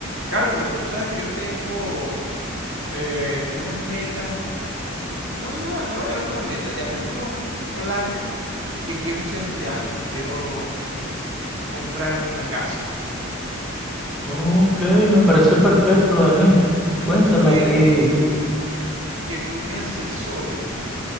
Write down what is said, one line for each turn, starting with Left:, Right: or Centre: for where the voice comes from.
Right: Carlos, tú sabes que yo tengo eh, unas metas, no, no, no, no lo llamemos una meta, llamémoslo planes que quiero hacer este año. Quiero comprarme una casa.
Centre: Ok, me parece perfecto, Daniel.
Right: Entonces
Centre: Cuéntame
Right: quiero
Centre: y...
Right: que tú me asesores